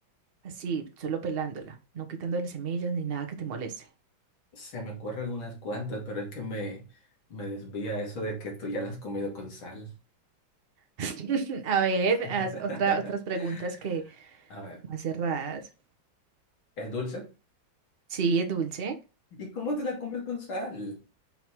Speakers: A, on the right (about 35°); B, on the left (about 80°).
A: así, solo pelándola, no quitándole semillas ni nada que te moleste.
B: Se me ocurren unas cuantas, pero es que me, me desvía eso de que tú ya las has comido con sal.
A: <laughs> A ver,
B: <laughs>
A: haz otra, otras preguntas que
B: A ver,
A: más cerradas.
B: ¿es dulce?
A: Sí, es dulce.
B: ¿Y cómo te la comes con sal?